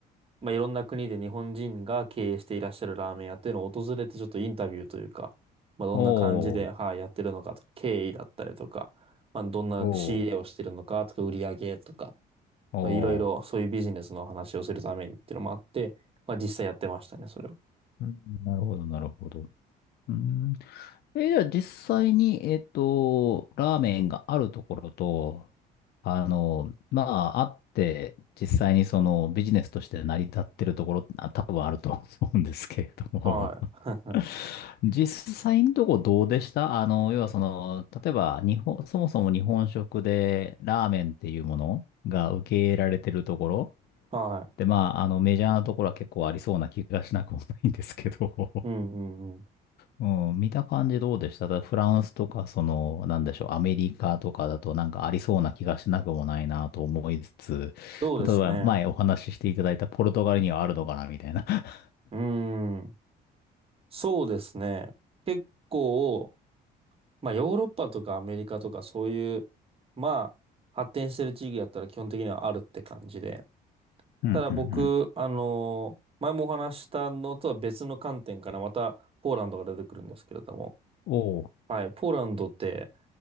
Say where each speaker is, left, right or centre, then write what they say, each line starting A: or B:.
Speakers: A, on the right; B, on the left.
A: まあ、いろんな国で日本人が経営していらっしゃるラーメン屋っていうのを訪れてちょっとインタビューというか、まあ、どんな感じで、
B: おー、
A: はい、やってるのかとか、経緯だったりとか、まあ、どんな仕入れをしてるのかとか、
B: おー、
A: 売り上げとか、
B: おー。
A: まあ、いろいろそういうビジネスの話をするためにっていうのもあって、まあ、実際やってましたね、それを。
B: うんなるほど、なるほど。うん。え、じゃあ実際に、えっと、ラーメンがあるところと、あの、まあ、あって、実際にそのビジネスとして成り立ってるところ、あ、多分あると思うんですけれども、
A: はい。
B: <laughs> 実際のとこどうでしたあの、要はその、例えば日本、そもそも日本食でラーメンっていうものが受け入れられてるところ
A: <laughs> は
B: で、まあ、あの、メジャーなところは結構ありそうな気がしなくもないんですけど、
A: い。うんうんうん。
B: <laughs> うん、見た感じどうでしただからフランスとか、その、なんでしょう、アメリカとかだとなんかありそうな気がしなくもないなと思いつつ、
A: そうですね。
B: 例えば前お話ししていただいたポルトガルにはあるのかなみたいな。<laughs>
A: うーん。そうですね。結構、まあ、ヨーロッパとかアメリカとかそういう、まあ、発展してる地域だったら基本的にはあるって感じで。
B: うんうんうん。
A: ただ僕、あのー前もお話ししたのとは別の観点からまたポーランドが出てくるんですけれども。
B: おう、
A: はい、ポーランドって、